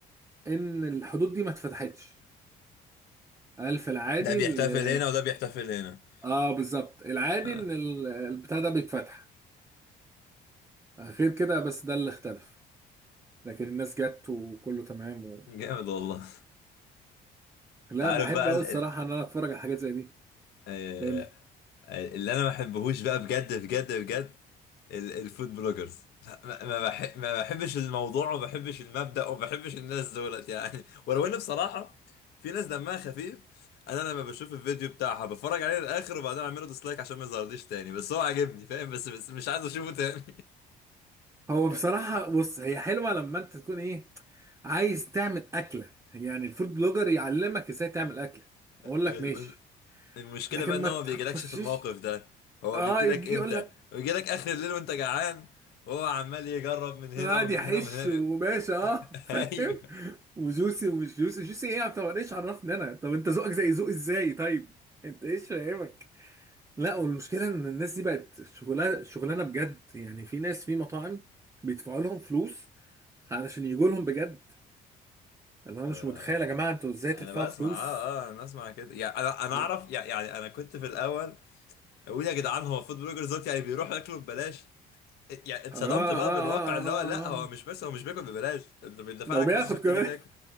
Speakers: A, on the right; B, on the left.
A: إن الحدود دي ما اتفتحتش قال في العادي
B: ده بيحتفل
A: ال-
B: هنا وده بيحتفل هنا
A: اه بالظبط العادي
B: آه،
A: ان ال- البتاع ده بيتفتح غير كده بس ده اللي اختلف لكن الناس جت وكله تمام و...
B: جامد والله
A: لا
B: أنت عارف
A: بحب
B: بقى
A: قوي
B: ال...
A: الصراحه
B: ال...
A: ان انا اتفرج على حاجات زي دي
B: آه،
A: قول لي
B: آه، اللي أنا ما بحبهوش بقى بجد بجد بجد ال... الفود بلوجرز لا، ما ما بح... ما بحبش الموضوع وما بحبش المبدأ وما بحبش الناس دولت يعني <laughs> ولو إن بصراحة في ناس دمها خفيف انا لما بشوف الفيديو بتاعها بتفرج عليه للاخر وبعدين اعمله ديسلايك عشان ما يظهرليش تاني بس هو عاجبني فاهم بس بس مش عايز اشوفه تاني
A: <laughs> هو
B: يعني
A: بصراحه بص هي حلوه لما انت تكون ايه عايز تعمل اكله يعني الفود بلوجر يعلمك ازاي تعمل اكله اقول
B: الم-
A: لك ماشي
B: المشكلة
A: لكن
B: بقى
A: ما
B: ان هو
A: تخشش
B: ما بيجيلكش في الموقف ده هو
A: اه
B: بيجيلك
A: يجي
B: امتى
A: يقول لك
B: بيجيلك اخر الليل وانت جعان وهو عمال يجرب من هنا
A: قاعد
B: ومن
A: يحش
B: هنا ومن هنا بي...
A: وباشا
B: <laughs>
A: اه <laughs> فاهم
B: ايوه
A: وجوسي ومش جوسي جوسي ايه طب انا ايش عرفني انا طب انت ذوقك زي ذوقي ازاي طيب انت ايش فاهمك لا والمشكله ان الناس دي بقت شغلانه شغلانه بجد يعني في ناس في مطاعم بيدفعوا لهم فلوس علشان يجوا لهم بجد اللي انا
B: آه
A: مش متخيل
B: انا
A: يا جماعه انتوا ازاي
B: انا
A: تدفعوا
B: بسمع
A: فلوس
B: اه اه انا بسمع كده يعني انا انا اعرف
A: اه
B: يع- يعني انا كنت في الاول اقول يا جدعان هو فود بلوجرز دوت يعني بيروحوا ياكلوا ببلاش يعني اتصدمت
A: اه اه
B: بقى بالواقع اللي
A: اه,
B: هو لا
A: آه.
B: هو مش بس هو مش بياكل ببلاش انت بيدفع
A: ده وبياخد
B: لك فلوس عشان
A: كمان
B: تيجي تاكل
A: <laughs>